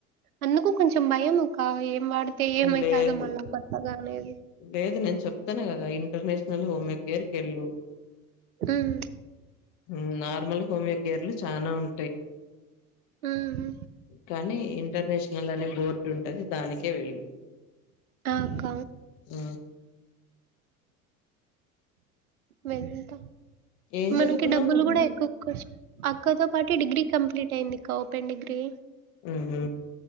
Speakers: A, on the right (about 75°); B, on the left (about 40°).
A: అందుకు కొంచెం భయం అక్క ఏం వాడితే ఏమైతాదో
B: లేదు
A: మళ్ళా కొత్తగా అనేది
B: లేదు నేను చెప్తానా కదా ఇంటర్నేషనల్ హోమియో కేేర్ కెళ్ళు
A: ఉమ్
B: ఊ నార్మల్ హోమియోకేర్ లు చానా ఉం
A: ఊ ఊ
B: కానీ ఇంటర్నేషనల్ అనే బోర్డు ఉంటది దానికే వెళ్ళు
A: ఆ అక్క
B: ఊ
A: వెళ్తా
B: ఏం
A: మనకి
B: చదువుకున్నావు
A: డబ్బులు
B: నువ్వు
A: కూడా ఎక్కువ ఖర్చు అక్కతో పాటీ డిగ్రీ కంప్లీ టయ్యింది కా ఓపెన్ డిగ్రీ
B: ఊహూ